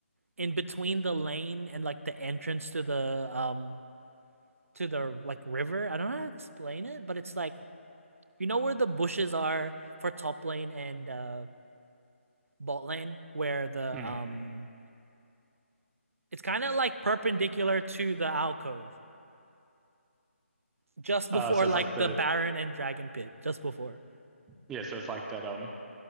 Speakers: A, on the right; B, in the centre.
A: in between the lane and like the entrance to the um to the like river. I don't know how to explain it, but it's like you know where the bushes are for top lane and uh bot lane where the
B: mm.
A: um It's kind of like perpendicular to the alcove, just before
B: uh so it's
A: like
B: like the
A: the Baron and Dragon Pit, just before.
B: yeah, so it's like that um